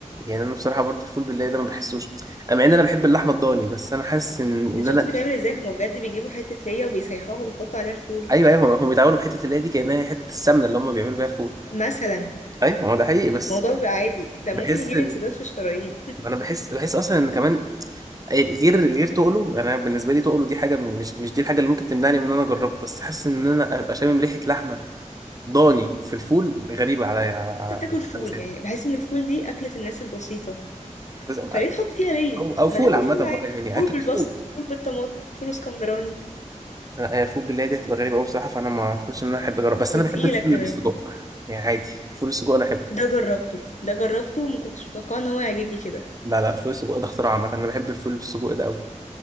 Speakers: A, on the right (about 30°); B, on the left (about 65°).
A: يعني انا بصراحه برضو الفول بالله ده ما بحسوش آه، مع ان انا بحب اللحمه الضاني بس انا حاسس ان ان
B: انت شفتوا
A: انا
B: بيتعمل ازاي هما بجد بيجيبوا حتة ليا وبيسيحوها وبيحطوا عليها الفول
A: ايوه ايوه هم بيتعاملوا بحته اللي هي دي كانها هي حته السمنه اللي هم بيعملوا بيها الفول
B: مثلا
A: ايوه ما هو ده حقيقي بس
B: الموضوع بيبقى عادي ده
A: بحس
B: ممكن يجيب
A: ان
B: انسداد في الشرايين
A: انا بحس بحس اصلا ان كمان غير غير تقله انا بالنسبه لي تقله دي حاجه مش مش دي الحاجه اللي ممكن تمنعني من ان انا اجربه بس حاسس ان انا ابقى شامم ريحه لحمه ضاني في الفول غريبه عليا على على
B: انت بتاكل فول
A: على لساني
B: يعني بحس ان الفول دي اكلة الناس البسيطة
A: بس-
B: فليه نحط فيها ليا
A: او او
B: ما
A: فول
B: ناكل
A: عامه
B: فول
A: بقى،
B: عادي
A: يعني
B: فول
A: اكل
B: بالبصل
A: فول
B: فول بالطماطم فول اسكندراني
A: لا هي الفول بالله دي هتبقى غريبة أوي بصراحة فأنا ما أعتقدش إن أنا أحب أجرب بس
B: وتقيلة
A: أنا بحب الفول
B: كمان
A: اللي بالسجق يعني عادي فول السجق أنا أحبه
B: ده جربته ده جربته وما كنتش متوقعه ان هو يعجبني كده
A: لا لا فول السجق ده اختراع عامة أنا بحب الفول بالسجق ده أوي